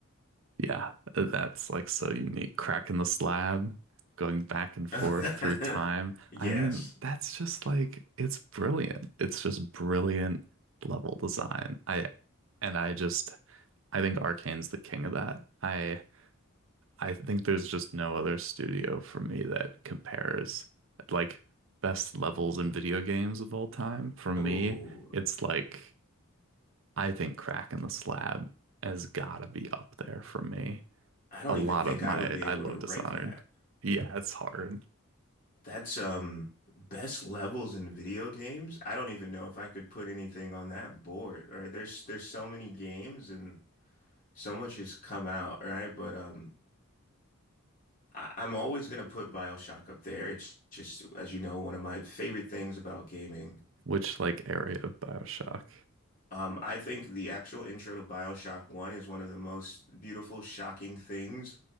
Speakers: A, on the right; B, on the left.
A: Yeah. That's like so unique. Cracking the slab, going back and forth
B: <laughs>
A: through time.
B: Yes.
A: I mean, that's just like it's brilliant. It's just brilliant level design. I and I just I think Arcane's the king of that. I I think there's just no other studio for me that compares like best levels in video games of all time. For
B: Oh,
A: me, it's like I think Crack in the Slab has gotta be up there for me.
B: I don't
A: A lot
B: even think
A: of my
B: I would be
A: I
B: able
A: love
B: to rank
A: Dishonored.
B: that.
A: Yeah, it's hard.
B: That's um best levels in video games. I don't even know if I could put anything on that board. Right? There's there's so many games and so much has come out, right? But um I, I'm always gonna put BioShock up there. It's just, as you know, one of my favorite things about gaming.
A: Which like area of BioShock?
B: Um, I think the actual intro to BioShock 1 is one of the most beautiful, shocking things